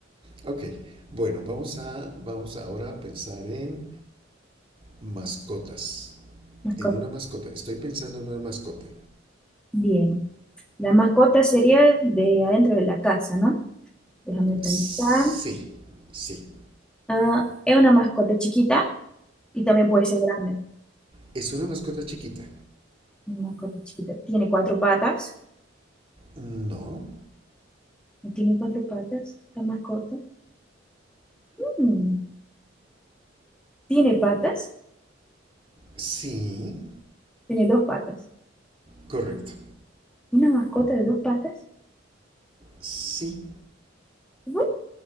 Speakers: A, on the right; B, in the centre.
A: Ok. Bueno, vamos a, vamos ahora a pensar en mascotas.
B: Mascota.
A: En una mascota. Estoy pensando en una mascota.
B: Bien. La mascota sería de adentro de la casa, ¿no? Déjame pensar.
A: Sí, sí.
B: Ah, es una mascota chiquita y también puede ser grande.
A: ¿Es una mascota chiquita?
B: Una mascota chiquita. Tiene cuatro patas.
A: No.
B: No tiene cuatro patas, la mascota. Mm, tiene patas,
A: Sí.
B: tiene dos patas.
A: Correcto.
B: Una mascota de dos patas.
A: Sí.
B: Bueno,